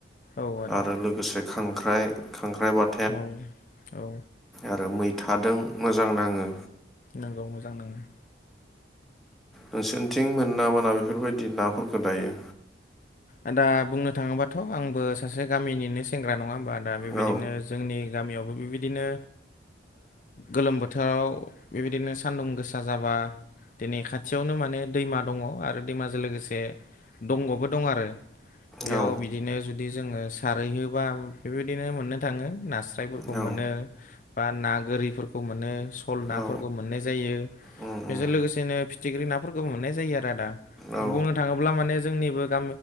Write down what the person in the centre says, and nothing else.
आरो लोगोसे खांख्राइ खांख्राइ बार
आरो मैथाजों मोजां नाङो
नोंसोरनिथिं मोनाबाना बेफोरबायदि नाफोरखौ दायो
औ
औ
औ
औ
उम
उम
औ